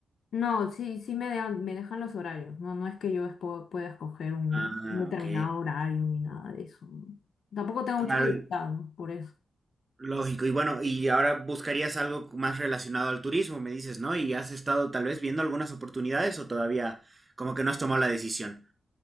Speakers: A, on the left; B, on the right.
A: No, sí, sí me dejan, me dejan los horarios, no, no es que yo espo- pueda escoger un
B: Ah,
A: un determinado
B: ok.
A: horario ni nada de eso. ¿no? Tampoco tengo
B: Claro,
A: mucha libertad,
B: y-
A: ¿no? Por eso.
B: lógico. Y bueno, y ahora buscarías algo más relacionado al turismo, me dices, ¿no? ¿Y has estado tal vez viendo algunas oportunidades o todavía como que no has tomado la decisión?